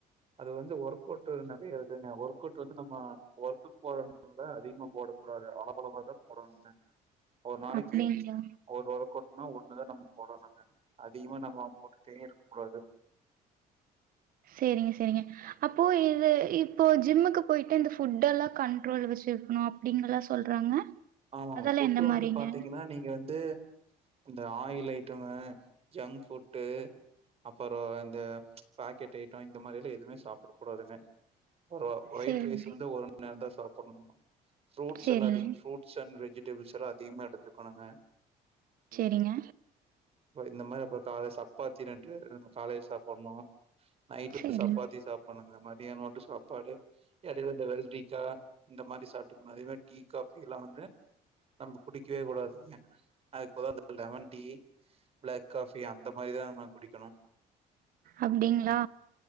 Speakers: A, on the right (about 35°); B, on the right (about 60°).
A: அது வந்து ஒர்க் அவுட் நறைய இருக்குதுங்க ஒர்க் அவுட் வந்து நம்ம ஒர்க்கு போறன் அதிகமா போடக்க கூடாது அளவளவாதான் போடணும்னு ஒரு நாளைக்கு
B: அப்டிங்களா
A: ஒரு வர போட்டும்னா ஒண்ணுதான் நம்ம போடணுங்க அதிகமா நம்ம போட்டுட்டே இருக்க கூடாது
B: சேரிங்க சேரிங்க அப்போ இது இப்போ ஜிம்முக்கு போய்ட்டு இந்த புட் எல்லாம் கண்ட்ரோல் வச்சுருக்கணும் அப்டிங்கல்லாம் சொல்றாங்க
A: ஆமாங்க
B: அதெல்லா
A: ஃபுட்டு
B: எந்த
A: வந்து
B: மாரிங்க
A: பாத்தீங்கன்னா நீங்க வந்து அந்த ஆயில் ஐட்டமு ஜங்க் ஃபுட்டு அப்பறோ இந்த பாக்கெட் ஐட்டம் இந்த மாரிலாம் எதுவுமே சாப் படக் கூடாதுங்க ஒரு ஒயிட்
B: சேரிங்க
A: ரைஸ் வந்து ஒரு நேரம் தான் சாப்பிடணும் ஃப்ரூட்ஸ்
B: சேரிங்க
A: எல்லாம் அதிகம் ஃப்ரூட்ஸ் அண்டு வெஜிடேபள்ஸ் எல்லாம் அதிகமா எடுத்துக்கணுங்க
B: சேரிங்க
A: ப்ப இந்த மாரி அப்புறம் காலை சப்பாத்தி நெண்டு காலைல சாப்புட்ணு நைட்க்கு
B: சேரிங்க
A: சப்பாத்தி சாப்ணுங்க மதியானம் மட்டு சாப்பாடு இடையல இந்த வெள்ரிக்கா இந்த மாரி சாப்பிட்டுக்கணு அதே மாரி டீ காபி ல்லாம் வந்து நம்ம குடிக்கவே கூடாதுங்க அதே போல லெமன் டீ பிளாக் காஃபி அந்த மாரிதா நம்ம குடிக்கணு
B: அப்டிங்களா
A: அந்